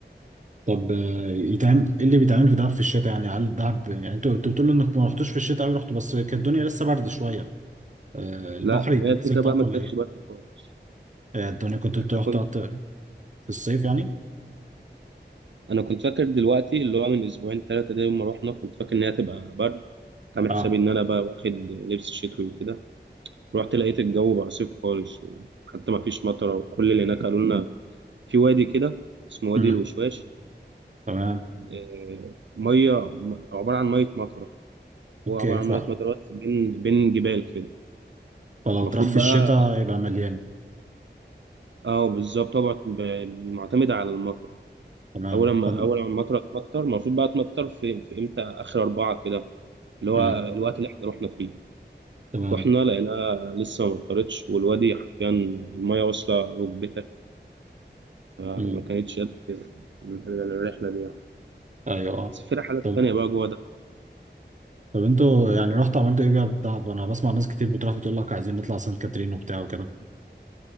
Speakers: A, on the right (about 40°); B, on the right (about 80°).
A: طب آه، يتعمل ايه اللي بيتعمل في دهب في الشتاء يعني هل دهب يعني انتوا انتوا بتقولوا انك ما رحتوش في الشتاء قوي رحتوا بس كانت الدنيا لسه برد شويه آه، البحر
B: لا
A: يتنزل
B: ما هي الفكرة
A: طب
B: بقى ما
A: ولا
B: كانتش
A: ايه؟
B: برد خالص.
A: آه، الدنيا كنت
B: يعني
A: انتوا
B: أنا
A: رحتوا في الصيف يعني؟
B: انا كنت فاكر دلوقتي اللي هو من اسبوعين ثلاثه ده يوم ما رحنا كنت فاكر ان هي تبقى برد كنت عامل
A: اه
B: حسابي ان انا بقى واخد لبس شتوي وكده رحت لقيت الجو بقى صيف خالص وحتى ما فيش مطره وكل اللي هناك قالوا لنا في وادي كده اسمه وادي
A: امم
B: الوشواش
A: تمام
B: آه، ميه م- عباره عن ميه مطره هو
A: اوكي
B: عباره عن
A: ف...
B: ميه مطره بس بين بين جبال كده
A: فلو
B: المفروض
A: تروح في
B: بقى
A: الشتاء يبقى مليان
B: اه بالظبط طبعا ب- معتمد على المطر
A: تمام
B: اول ما
A: فن...
B: اول ما المطره تمطر المفروض بقى تمطر في في امتى اخر اربعه كده اللي هو
A: مم.
B: الوقت اللي احنا رحنا فيه
A: تمام
B: رحنا لقيناها لسه ما امطرتش والوادي حرفيا المية واصلة ركبتك فما
A: مم.
B: كانتش قد كده الرحلة دي يعني
A: ايوه اه
B: بس في رحلات
A: طب
B: تانية بقى جوه ده
A: طب انتوا يعني رحتوا عملتوا ايه بقى في دهب انا بسمع ناس كتير بتروح بتقول لك عايزين نطلع سانت كاترين وبتاع وكده